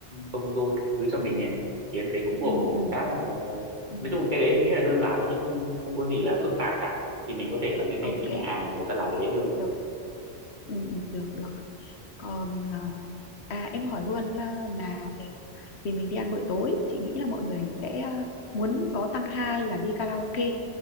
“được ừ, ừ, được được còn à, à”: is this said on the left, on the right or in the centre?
Left